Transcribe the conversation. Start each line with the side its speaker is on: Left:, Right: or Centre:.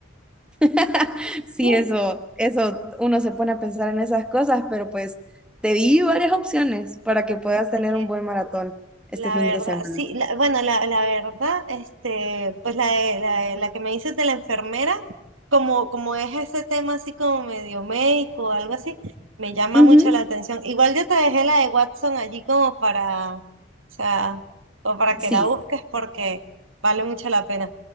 Centre: <laughs> Sí,
Right: Sí.
Centre: eso, eso, uno se pone a pensar en esas cosas, pero pues te di varias opciones para que puedas tener
Right: Oye,
Centre: un buen maratón este
Right: La
Centre: fin
Right: verdad,
Centre: de semana.
Right: sí, la- bueno, la, la verdad, este, pues la, de- la, de- la que me dices de la enfermera, como, como es ese tema así como medio médico o algo así, me llama
Centre: Ujú.
Right: mucho la atención. Igual yo te dejé la de Watson allí como para, o sea, o para que
Centre: Sí,
Right: la busques porque vale mucho la pena.